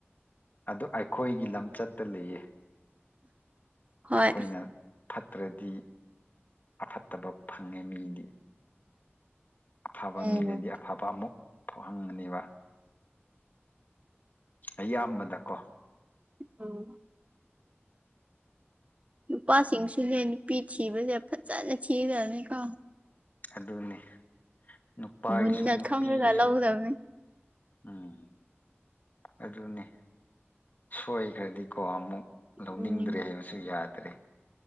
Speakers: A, on the left; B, on the right.
A: ꯑꯗꯨ ꯑꯩꯈꯣꯏꯒꯤ ꯂꯝꯆꯠꯇ ꯂꯩꯌꯦ
B: ꯍꯣꯏ
A: ꯑꯩꯈꯣꯏꯅ ꯐꯠꯇ꯭ꯔꯗꯤ ꯑꯐꯠꯇꯕ ꯐꯪꯉꯦ ꯃꯤꯗꯤ ꯑꯐꯕ
B: ꯎꯝ
A: ꯃꯤꯅꯗꯤ ꯑꯐꯕ ꯑꯃꯨꯛ ꯊꯣꯛꯥꯎꯍꯪꯒꯅꯦꯕ ꯑꯌꯥꯝꯕꯗꯀꯣ
B: ꯑꯣ ꯅꯨꯄꯥꯁꯤꯡꯁꯨꯅꯦ ꯅꯨꯄꯤ ꯊꯤꯕꯁꯦ ꯐꯖꯅ ꯊꯤꯔꯅꯤꯀꯣ
A: ꯑꯗꯨꯅꯤ ꯅꯨꯄꯥꯒꯤꯁꯨ
B: ꯃꯨꯟꯅ
A: ꯅꯨꯄꯤꯒꯤꯁꯨ
B: ꯈꯪꯔꯒ ꯂꯧꯒꯗꯕꯅꯤ
A: ꯎꯝ ꯑꯗꯨꯅꯤ ꯁꯣꯏꯈ꯭ꯔꯗꯤꯀꯣ ꯑꯃꯨꯛ ꯂꯧꯅꯤꯡꯗ꯭ꯔꯦ
B: ꯎꯝ
A: ꯍꯥꯏꯕꯁꯨ ꯌꯥꯗ꯭ꯔꯦ